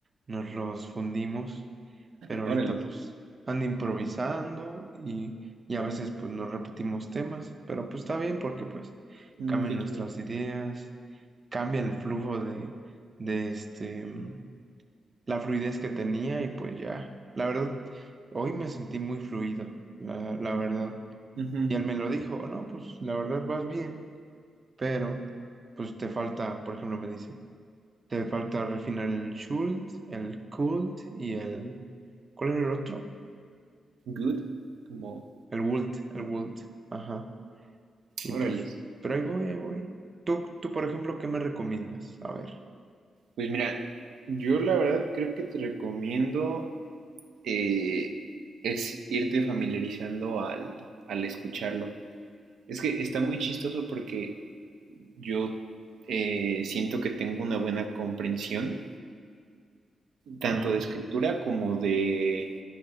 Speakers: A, on the right; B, on the right.
A: nos los fundimos. pero ahorita
B: órales,
A: pues ando improvisando y, y a veces pues nos repetimos temas, pero pues está bien porque pues
B: mm,
A: cambian
B: qué
A: nuestras
B: chido.
A: ideas, cambia el flujo de, de este, mm, la fluidez que tenía y pues ya, la verdad, hoy me sentí muy fluido, la, la verdad.
B: Ujú.
A: Y él me lo dijo, "Oh, no, pues la verdad vas bien, pero pues te falta, por ejemplo, me dice, te falta refinar el Schuld, el Kult y el... ¿Cuál era el otro?
B: Good, como,
A: El Wult, el Wult, ajá. Y
B: órales.
A: pues, pero ahí voy, ahí voy. Tú, tú, por ejemplo, ¿qué me recomiendas? A ver.
B: Pues mira, yo la verdad creo que te recomiendo eh, es irte familiarizando al, al escucharlo. Es que está muy chistoso porque yo eh, siento que tengo una buena comprensión tanto
A: Ajá.
B: de escritura como de